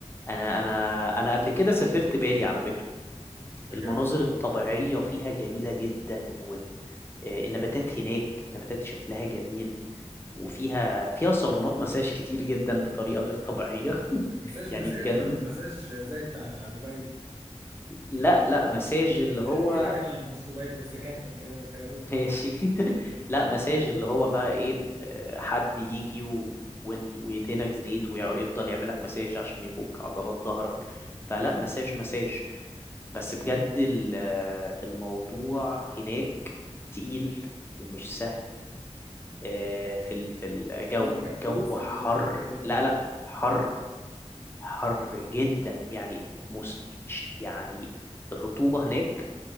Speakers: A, on the left (about 20°); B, on the right (about 25°).
A: انا انا انا قبل كده سافرت بالي على فكرة
B: بجد
A: المناظر الطبيعية فيها جميلة جدا والنباتات هناك نباتات شكلها جميل وفيها فيها صالونات مساج كتير جدا بطريقة غير طبيعية <laughs>
B: مساج
A: يعني
B: مساج
A: بجد
B: ولا مساج زي بتاع دبي
A: لا لا مساج اللي هو
B: احكي لك انا عن مساج دبي ده بس اكمل كلامك اهو
A: ماشي <laughs> لا مساج اللي هو بقى ايه آه، حد يجي و... وانت ويدهنك زيت ويفضل يعملك مساج عشان يفك عضلات ظهرك فلا مساج مساج بس بجد ال- آه، الموضوع هناك تقيل ومش سهل آه، في ال- في الجو
B: تلك فلوس
A: جو
B: ولا
A: حر
B: تلك ايه
A: لا لا حر حر جدا يعني مس ش- يعني الرطوبة هناك